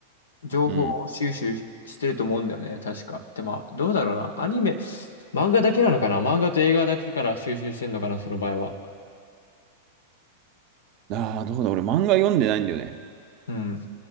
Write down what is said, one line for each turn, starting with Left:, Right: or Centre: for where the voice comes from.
Left: 情報収集してると思うんだよね、
Right: うん。
Left: 確か。で、まあ、どうだろうな。アニメ、漫画だけなのかな漫画と映画だけから収集してんのかな、その場合は。
Right: ああ、どうだ、俺漫画読んでないんだよね。
Left: うん。